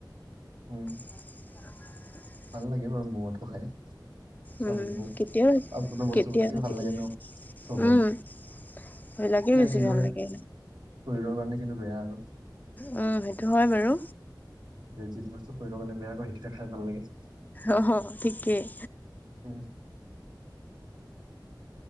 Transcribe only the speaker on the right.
উম।
ভাল লাগে বাৰু ম'ম'টো খাই। চাওমিন
ম'ম'
ফাষ্টফুডৰ বস্তুবিলাকে
ভাল
লাগে ন চবৰে
ইয়াৰ
কিন্তু
শৰীৰৰ কাৰণে কিন্তু বেয়া আৰু।
যে যিটো বস্তু শৰিৰৰ কাৰণে বেয়া কৈ সেইটোকে খাই ভাল লাগে।
উম